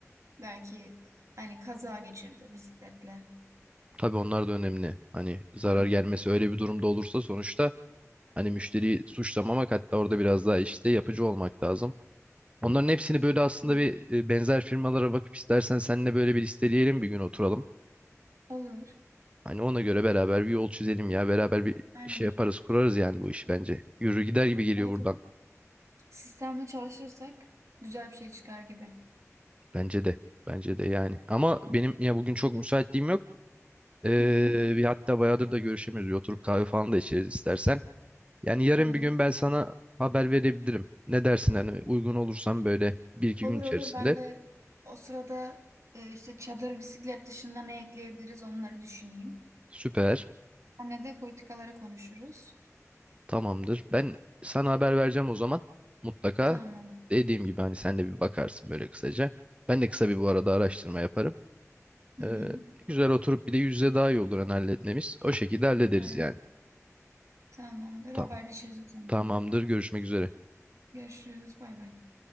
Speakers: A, on the right; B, on the right.
A: belki hani kaza geçirdi bisikletle.
B: tabii onlar da önemli. Hani zarar
A: Aynen.
B: gelmesi öyle bir durumda olursa sonuçta Hani müşteriyi suçlamamak hatta orada biraz daha işte yapıcı olmak lazım. Onların hepsini böyle aslında
A: Hı.
B: bir e, benzer firmalara bakıp istersen seninle böyle bir listeleyelim bir gün oturalım.
A: Olur.
B: Hani ona göre beraber bir yol çizelim ya. Beraber bir
A: Aynen.
B: şey yaparız, kurarız yani bu işi bence. Yürür gider gibi geliyor
A: Evet.
B: buradan.
A: evet. Sistemle çalışırsak güzel bir şey çıkar gibi.
B: Bence de. Bence de yani. Ama benim ya bugün çok müsaitliğim yok. Ee,
A: Hı hı.
B: bir hatta bayağıdır da görüşemiyoruz. Bir oturup kahve falan da içeriz istersen. Yani yarın
A: Olur.
B: bir gün ben sana haber verebilirim. Ne dersin hani uygun olursam böyle bir iki
A: Olur
B: gün içerisinde.
A: olur. Ben de o sırada e, işte çadır, bisiklet dışında ne ekleyebiliriz onları düşüneyim.
B: Süper.
A: Anne de politikaları konuşuruz.
B: Tamamdır. Ben sana haber vereceğim o zaman. Mutlaka
A: Tamam.
B: dediğim gibi hani sen de bir bakarsın böyle kısaca. Ben de kısa bir bu arada araştırma yaparım.
A: Hı
B: Ee,
A: hı.
B: güzel oturup bir de yüzde daha iyi olur hani halletmemiz. O şekilde hallederiz
A: Aynen.
B: yani.
A: Tamamdır.
B: Tamam.
A: Haberleşiriz o zaman.
B: Tamamdır. Görüşmek üzere.
A: Görüşürüz. Bay bay.